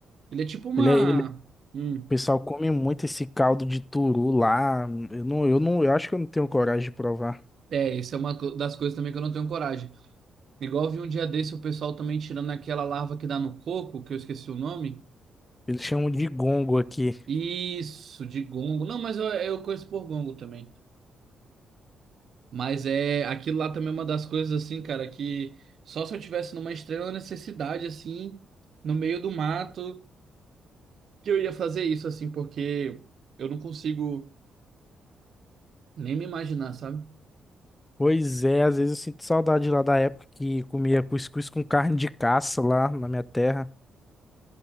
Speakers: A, on the right; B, on the left.
A: Ele é tipo uma,
B: ele, é- ele- o
A: hum,
B: pessoal come muito esse caldo de turu lá. Eu não, eu não, eu acho que eu não tenho coragem de provar.
A: é, isso é uma co- das coisas também que eu não tenho coragem. Igual eu vi um dia desse o pessoal também tirando aquela larva que dá no coco, que eu esqueci o nome.
B: Eles chamam de gongo aqui.
A: Isso, de gongo. Não, mas eu, eu conheço por gongo também. Mas é aquilo lá também é uma das coisas assim, cara, que só se eu tivesse numa extrema necessidade assim, no meio do mato, que eu ia fazer isso assim, porque eu não consigo nem me imaginar, sabe?
B: Pois é, às vezes eu sinto saudade lá da época que comia cuscuz com carne de caça lá na minha terra,